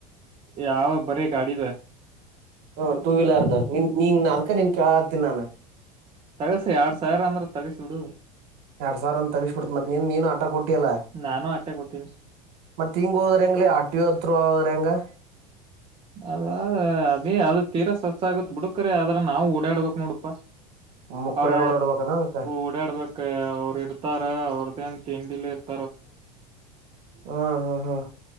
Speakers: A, on the right (about 25°); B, on the right (about 50°).
A: ಯಾವ ಬರೀ ಗಾಡಿದ
B: ಹ್ಮ ಟೂ ವೀಲರ್ದು ನಿನ್ ನೀನ್ ಅದಕ ನೀನ್ ಕೇಳತನಿ ನಾನ
A: ತಗಸಿ ಎರಡ್ ಸಾವಿರ ಅಂದ್ರ ತಗಸಿಬಡು
B: ಎರಡ್ ಸಾವಿರ ಅಂದ ತಗಸ್ಬಿಡ್ತ್ ಮತ್ತ್ ನೀನ್ ನೀನು ಆಟೆ ಕೊಟ್ಟಿ ಅಲ್ಲ
A: ನಾನು ಅಟ್ಟೆ ಕೊಟ್ಟೀನಿ
B: ಮತ್ತ್ ಹಿಂಗ ಹೋದ್ರ ಅಂಗ್ಲಿ ಹತ್ರ ಆರ್ ಟಿ ಓ ಅತ್ರ ಹೋದ್ರೆ ಹೆಂಗೆ
A: ಅದ್ರ ಅದ ಅದ ತೀರಾ ಸ್ವಚ್ ಆಗತ್ ಬಿಡಕ್ರ ಅದ್ರ ನಾವು ಓಡಾಡ್ಬೇಕಕ್ ನೋಡಪಾ
B: ಮುಕ್ಕುಳೆ
A: ಅವ್ರ
B: ರೋಡ್ ಹೊಡ್ಬೇಕನ ಅದಕ್ಕ
A: ಓಡಾಡ್ಬೇಕ ಅವ್ರ ಇರ್ತಾರ ಅವ್ರ್ದನ್ <unintelligible>
B: ಹ್ಮ್ ಹ್ಮ್ ಹ್ಮ್